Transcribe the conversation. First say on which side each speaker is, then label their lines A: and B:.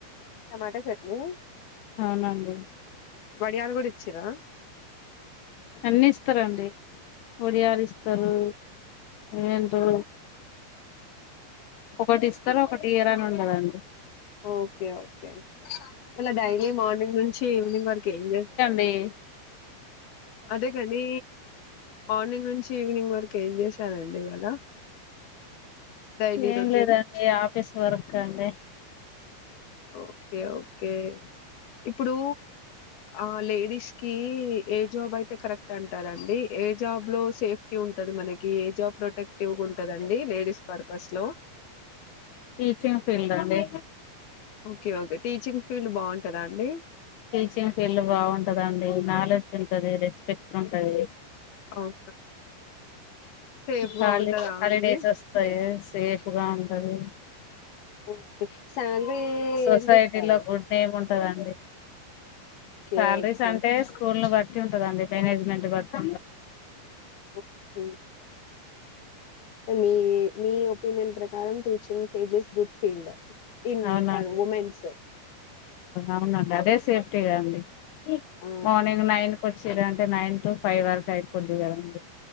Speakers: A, on the left; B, on the left.
A: టమాటా చట్నీ
B: అవునండి
A: వడియాలు కూడా ఇచ్చిరా
B: అన్ని ఇస్తారుండి ఒడియాలు ఇస్తారు ఏంటో ఒకటి ఇస్తారు ఒకటి ఇయరా అని ఉండదండి
A: ఓకే ఓకే మల్ల డైలీ మార్నింగ్ నుంచి ఈవినింగ్ వరకు ఏం చెస్
B: ఏ
A: అదే కాని మార్నింగ్ నుంచి ఈవినింగ్ వరకు ఇకేం చేశారండి ఇవాళ డైలీ
B: ఏం
A: రొటీన్
B: లేదండి ఆఫీస్ వర్క్ అండి
A: ఓకే ఓకే ఇప్పుడు ఆ లేడీస్ కి ఏ జాబ్ అయితే కరెక్ట్ అంటారండి ఏ జాబ్ లో సేఫ్టీ ఉంటది మనకి ఏ జాబ్ ప్రొటెక్టివ్ ఉంటదండి లేడీస్ పర్పస్ లో
B: టీచింగ్ ఫీల్డ్ అండి
A: ఓకే ఓకే టీచింగ్ ఫీల్డ్ బాగుంటదా అండి
B: టీచింగ్ ఫీల్డ్ బాగుంటదండి నాలెడ్జ్ ఉంటంది రెస్పెక్ట్ ఉంటది
A: అవునా సేఫ్ గా
B: హాల
A: ఉంటదా
B: హాలిడేస్
A: అండి
B: వస్తాయ్ సఫగా ఉంటది
A: ఓకే శాలరీ
B: సొసైటీలో
A: ఎంత ఇస్తారా
B: గుడ్ నేమ్ ఉం టాది అండి
A: ఓకే
B: సాలరీస్
A: ఓకే
B: అంటే స్కూల్ ని బట్ టి ఉంటదండి మేనేజ్మెంట్ బట్టి
A: ఓ హొ మీ మీ ఒపీనియన్ ప్రకారం teaching page is good field in
B: అవునఅండి
A: for ఉమెన్స్
B: అవున అండి అదే సేఫ్టీగా అండి
A: ఆ
B: మార్నింగ్ నైన్ కోవచ్చిరు అంటే నైన్ టు ఫైవ్ వరకు సైడ్ కోద్దికద అండి